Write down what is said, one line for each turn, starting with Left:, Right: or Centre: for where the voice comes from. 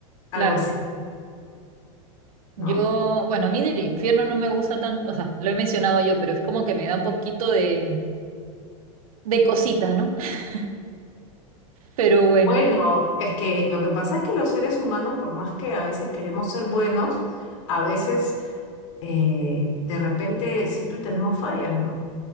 Left: algo
Right: Claro.
Left: así,
Right: Yo,
Left: ¿no?
Right: bueno, a mí del infierno no me gusta tanto, o sea, lo he mencionado yo, pero es como que me da un poquito de, de cosita, ¿no? <laughs> Pero bueno,
Left: Bueno, es que lo que pasa es que los seres humanos, por más que a veces queremos ser buenos, a veces eh, de repente siempre tenemos fallas, ¿no?